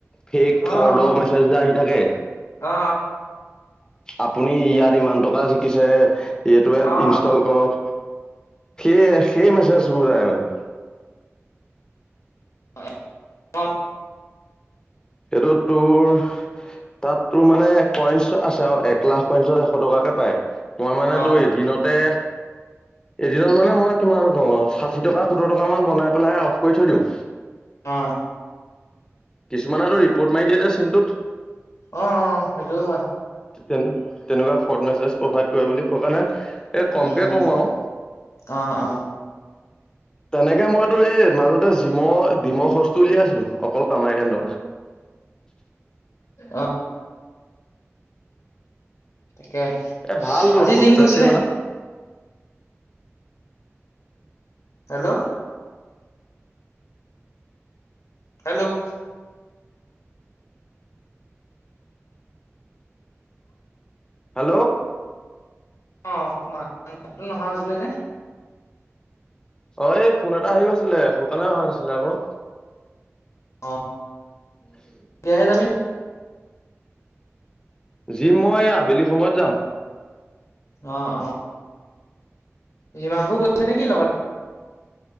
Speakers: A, on the left (about 15°); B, on the left (about 80°).
A: ফেক
B: অ
A: ফ্ৰডৰ
B: অ
A: মেছেজ যে আহি থাকে।
B: অ
A: আপুনি ইয়াত ইমান টকা জিকিছে এইটো এপ
B: অ অ
A: ইনষ্টল কৰক এইয়ে সেই মেছেজবোৰ আহে মানে।
B: <unintelligible>
A: সেইটো তোৰ তাতো মানে পইঞ্চ আছে আও এক লাখ পইঞ্চত এশ টকাকে পায়। মই মানে
B: অ অ
A: তো এদিনতে এদিনত মানে মই কিমান ক ষাঠি টকা সত্তৰ টকা মান বনাই পেলাই অফ কৰি থৈ দিওঁ।
B: অ।
A: কিছুমানে ত ৰিপৰ্ট মাৰি দিয়ে দে চিমটোত
B: অ অ সেইটোও হয়
A: তেনেকুৱা ফ্ৰড মেছেজ প্ৰভাইড কৰে বুলি কথা নাই এই কম
B: উম
A: কে কওঁ আৰু
B: অ অ
A: তেনেকে মইতো এই মাজতে জিমৰ ডিমৰ খৰচটো উলিয়াইছিলো অকল কামাই কেন্দ্ৰৰ পৰা। <inaudible>
B: অ। তাকে
A: এ ভালতো
B: আজি
A: পষ্টপেড
B: জিম গৈছিলে
A: চিম এটা
B: হেল্ল' হেল্ল'
A: হেল্ল'
B: অ অকমানো নহা হৈছিলে যে
A: অ এই ফোন এটা আহি গৈছিলে সেইকাৰণে অহা নাছিলে আকৌ
B: অ বিয়াহে যাবি
A: জিম মই এই আবেলি সময়ত যাম
B: অ অ হিমাংশু গৈছে নেকি লগত